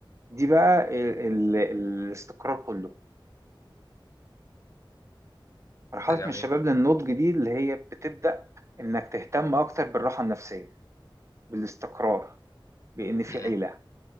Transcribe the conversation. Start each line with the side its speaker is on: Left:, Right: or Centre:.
Right: دي بقى ال ال الاستقرار كله مرحلة
Left: ده جميل
Right: من الشباب للنضج دي اللي هي بتبدأ إنك تهتم أكتر بالراحة النفسية بالاستقرار بإن في
Left: امم
Right: عيلة